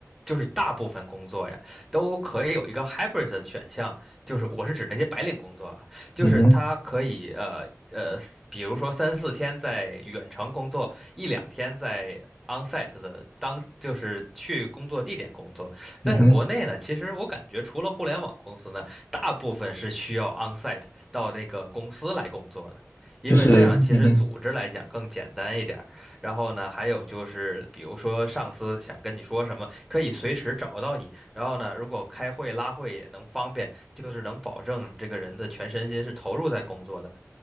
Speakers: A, in the centre; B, on the left.
A: 就是大部分工作呀，都可以有一个 hybrid 的选项，就是我是指那些白领工作啊，就是它可以呃呃，
B: 嗯哼，
A: 比如说三四天在远程工作，一两天在 onsite 的当，就是去工作地点工作。
B: 嗯哼，
A: 但是国内呢，其实我感觉除了互联网公司呢。大部分是需要 onsite 到那个公司来工作的，因为这样其实组织来讲更简单一点儿。
B: 就是嗯哼，
A: 然后呢，还有就是，比如说上司想跟你说什么，可以随时找到你。然后呢，如果开会拉会也能方便，就是能保证这个人的全身心是投入在工作的。